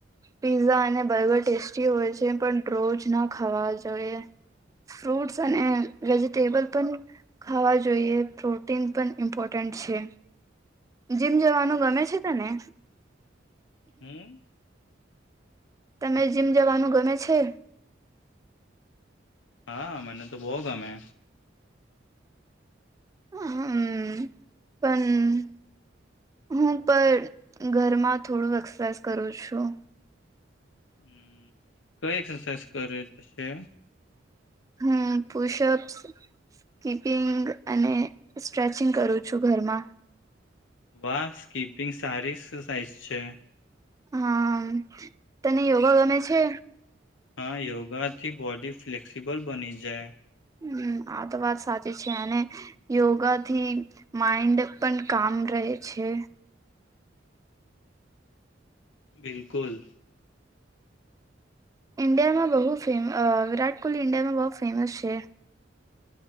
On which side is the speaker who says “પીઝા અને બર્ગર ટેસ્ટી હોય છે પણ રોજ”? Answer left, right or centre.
Right